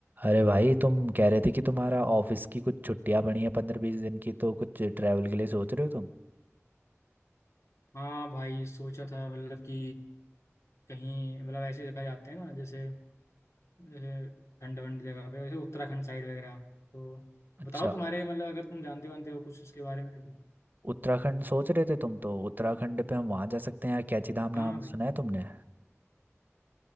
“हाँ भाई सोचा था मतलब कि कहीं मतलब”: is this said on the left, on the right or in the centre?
Left